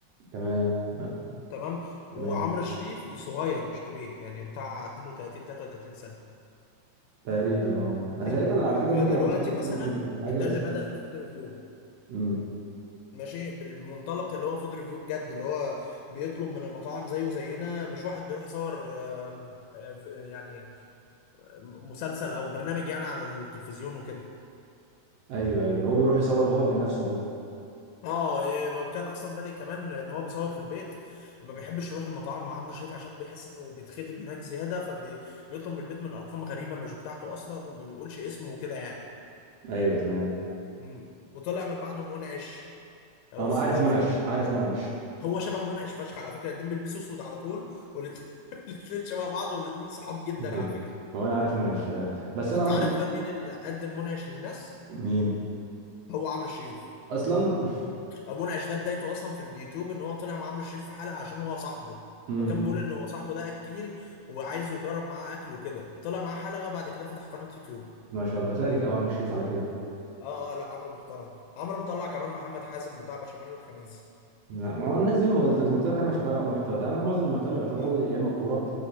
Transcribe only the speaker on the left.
تمام وعمرو
شريف صغير مش كبير يعني بتاع 32 33 سنه
فاهمني
فدلوقتي
مثلا
ده
اللي بدأ
الفود ريفيو
ماشي بالمنطلق اللي هو فود ريفيو بجد اللي هو بيطلب من المطاعم زيه زينا مش واحد بيروح يصور آم، آه، يعني مسلسل او برنامج يعني على التلفزيون وكده
اه إيه، كان اصلا بادئ كمان ان هو بيصور في البيت ما بيحبش يروح المطاعم مع عمرو شريف عشان بيحس انه بيتخدم هناك زياده فبيطلب من البيت من ارقام غريبه مش بتاعته اصلا وما بيقولش اسمه وكده يعني
مم. وطلع من بعده منعش او
س-
شفت
هو شبه منعش فشخ على فكره الاتنين بيلبسوا اسود على طول والاتنين <laughs> الاتنين شبه بعض والاتنين صحاب جدا
على فكره
انت
عارف بقى مين اللي قدم منعش للناس
هو عمرو شريف
منعش ده بدايته اصلا في اليوتيوب ان هو طلع مع عمرو شريف في حلقه عشان هو صاحبه
فكان بيقول ان هو صاحبه ده اكيل وعايزه يجرب معاه اكله كده طلع معاه حلقه وبعد كده فتح قناه يوتيوب
اه اه لا عمرو محترم عمرو مطلع كمان محمد حازم بتاع بشاميل الخميس
اه